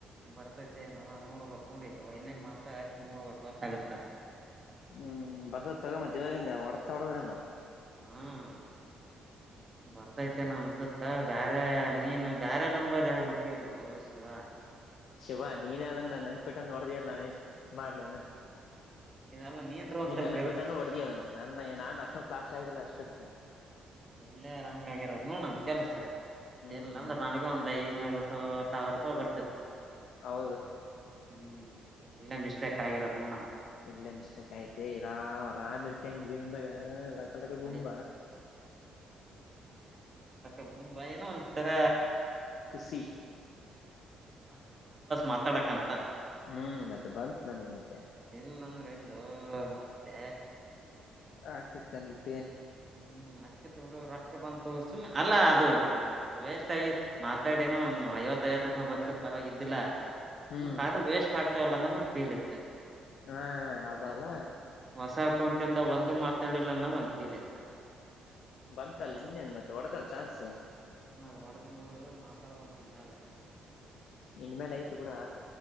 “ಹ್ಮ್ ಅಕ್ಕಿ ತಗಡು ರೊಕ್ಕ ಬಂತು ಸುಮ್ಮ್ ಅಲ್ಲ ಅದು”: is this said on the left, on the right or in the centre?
Right